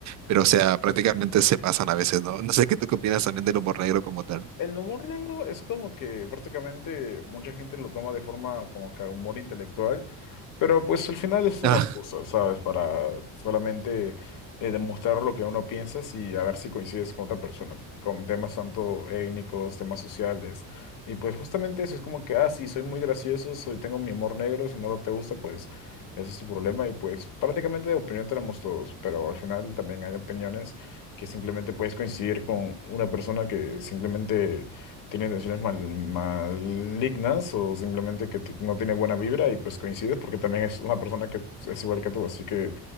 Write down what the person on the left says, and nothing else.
El humor negro es como que prácticamente mucha gente lo toma de forma como que humor intelectual, pero pues al final es una
excusa, ¿sabes? Para solamente eh, demostrar lo que uno piensa y a ver si coincides con otra persona, con temas tanto étnicos, temas sociales. Y pues justamente eso es como que, ah, sí, soy muy gracioso, soy, tengo mi humor negro, si no te gusta, pues ese es tu problema. Y pues prácticamente de opinión tenemos todos, pero al final también hay opiniones que simplemente puedes coincidir con una persona que simplemente tiene intenciones mal- malignas o simplemente que te- no tiene buena vibra y pues coincides porque también es una persona que es igual que tú. Así que